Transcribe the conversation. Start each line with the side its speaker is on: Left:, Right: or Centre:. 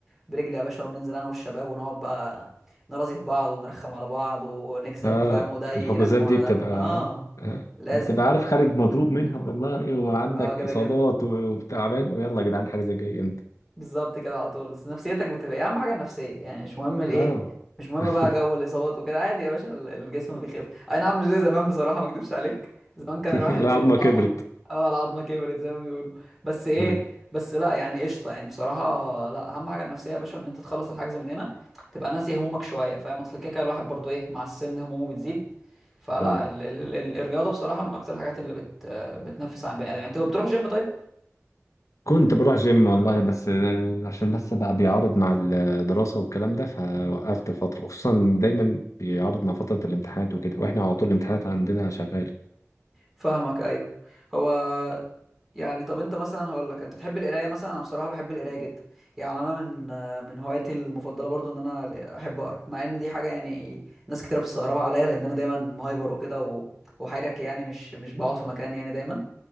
Centre: برجلي يا باشا وننزل انا والشباب ونقعد بقى نرازي في بعض ونرخم على بعض ونكسب
Left: اه
Centre: فاهم وده يرخم
Left: الحجوزات دي
Centre: على
Left: بتبقى
Centre: ده اه
Left: آه،
Centre: لازم
Left: بتبقى عارف خارج مضروب منها والله وعندك
Centre: اه كده
Left: اصابات
Centre: كده
Left: وتعبان ويلا يا جدعان حاجة زي جاي امتى
Centre: بالظبط كده على طول بس نفسيتك بتبقى ايه اهم حاجه النفسيه يعني مش مهم الايه
Left: اه
Centre: مش مهم
Left: <laughs>
Centre: بقى جو الاصابات وكده عادي يا باشا ال- الجسم بيخف اي نعم مش زي زمان بصراحه ما اكدبش عليك زمان كان الواحد
Left: العظمة
Centre: بيطلع
Left: كبرت
Centre: مع اه العظمه كبرت زي ما بيقولوا بس ايه
Left: أيوة.
Centre: بس لا يعني قشطه يعني بصراحه لا اهم حاجه النفسيه يا باشا ان انت تخلص الحجز من هنا تبقى ناسي همومك شويه فاهم اصل كده كده الواحد برضو ايه مع السن همومه بتزيد فلا
Left: أيوة.
Centre: ال ال ال ال- الرياضه بصراحه من اكتر الحاجات اللي بت بتنفس عن بني ادم يعني انت بتروح جيم طيب
Left: كنت بروح جيم والله بس آه، عشان بس بقى بيعارض مع الدراسة والكلام ده فوقفت فترة خصوصا دايما بيعارض مع فترة الامتحانات وكده واحنا على طول الامتحانات عندنا شغالة
Centre: فاهمك ايوه هو يعني طب انت مثلا هقول لك انت بتحب القرايه مثلا انا بصراحه بحب القرايه جدا يعني انا من من هواياتي المفضله برضو ان انا احب اقرا مع ان دي حاجه يعني ناس كتير بتستغربها عليا لان انا دايما مهايبر وكده و... وحيرك يعني مش مش بقعد في مكان يعني دايما